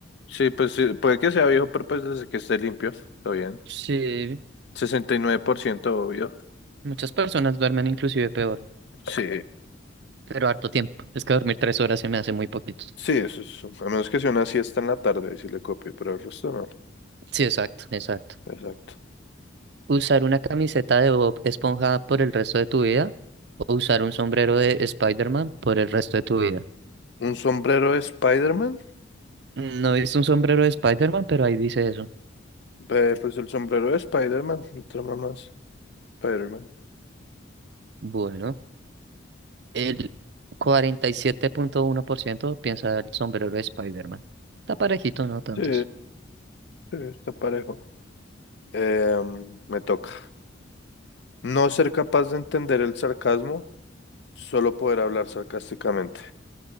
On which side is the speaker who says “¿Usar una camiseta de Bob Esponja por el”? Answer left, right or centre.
Right